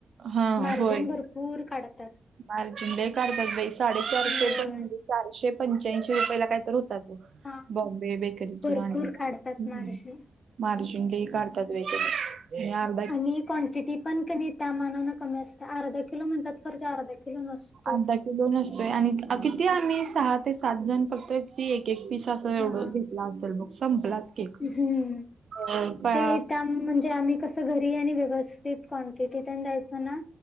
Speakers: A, on the right; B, on the left.
A: हा
B: मार्जिन
A: होय.
B: भरपूर काढतात.
A: मार्जिन लई काढतात बाई. साडेचारशे
B: होय
A: पण म्हणजे चारशे पंच्याऐंशी रुपयाला काय तर होता.
B: हा
A: बॉम्बे बेकरीतुन
B: भरपूर
A: आणलेला.
B: काढतात
A: हं.
B: मार्जिन.
A: मार्जिन लई काढतात बाई त्याच हे आर
B: आणि कॉटिटी पण त्यामानान कमी असत्या. अर्धा किलो म्हणतात खर तो अर्धा किलो नसतोय.
A: अर्धा किलो नसतोय आणि किती आम्ही सहा ते सात जण फक्त किती एक एक पीस असं एवढं
B: हा
A: घे तला तर बघ संपलाच. केक.
B: हम्म.
A: अ पळा
B: ते त्या म्हणजे आम्ही कस घरी आणि व्यवस्थित कॉ टिटि तेन द्यायचो ना,